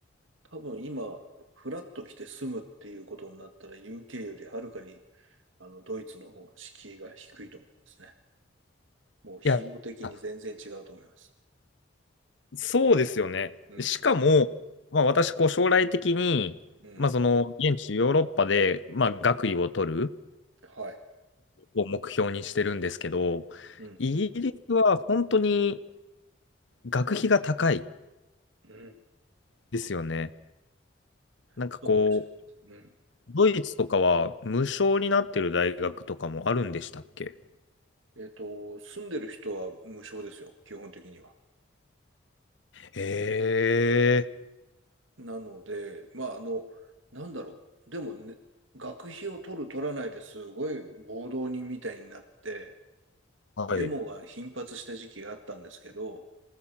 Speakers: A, on the right; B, on the left.
A: 多分今、フラッと来て住むっていうことになったら、UK よりはるかに、あの、ドイツの方が敷居が低いと思いますね。もう費用的に全然違うと思います。
B: いや、あそうですよね。
A: うん、
B: しかも、まあ、私、こう、将来的に、
A: うん。
B: まあ、その、現地ヨーロッパで、まあ、学位を取る
A: はい。
B: を目標にしてるんですけど、
A: うん、
B: イギリスは本当に
A: うん、
B: 学費が高い
A: うん。
B: ですよね。なんかこう、
A: そうかもしれない。うん。
B: ドイツとかは無償になってる大学とかもあるんでしたっけ
A: えっと、住んでる人は無償ですよ、基本的には。
B: ええ
A: なので、まあ、あの、なんだろう。でもね、学費を取る取らないですごい暴動人みたいになって、
B: はい。
A: デモが頻発した時期があったんですけど、